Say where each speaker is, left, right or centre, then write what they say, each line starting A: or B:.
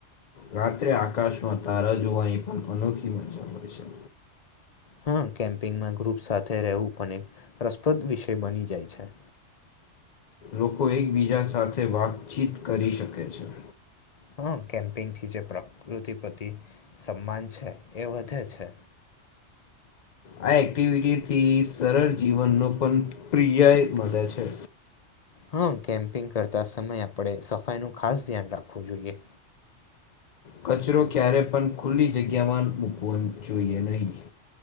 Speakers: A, on the left; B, on the left.
A: રાત્રે આકાશમાં તારા જોવાની પણ અનોખી મજા હોય છે.
B: હા, કેમ્પિંગમાં ગ્રુપ સાથે રહેવું પણ એક રસપ્રદ વિષય બની જાય છે.
A: લોકો એકબીજા સાથે વાતચીત કરી શકે છે.
B: હા, કેમ્પિંગ થી જે પ્રકૃતિ પ્રતિ સમ્માન છે એ વધે છે.
A: આ એક્ટિવિટીથી સરળ જીવનનો પણ પ્રિયય મલે છે.
B: હા કેમ્પિંગ કરતા સમય આપણે સફાઈનું ખાસ ધ્યાન રાખવું જોઈએ
A: કચરો ક્યારે પણ ખુલ્લી જગ્યામાં મૂકવો જોઈએ નહીં